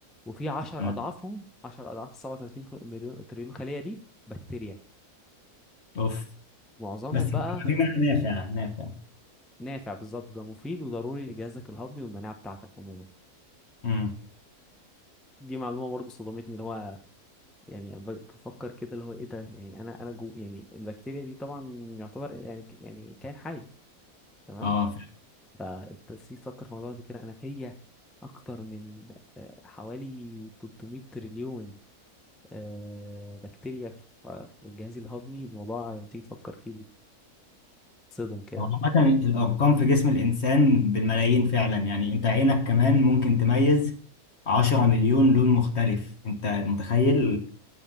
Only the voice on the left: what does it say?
تمام.
اوف
بس بتبقى
في منها نافع نافع
امم
اه فعلا.
هو عامة الأرقام في جسم الإنسان بالملايين فعلا يعني أنت عينك كمان ممكن تميز 10 مليون لون مختلف أنت متخيل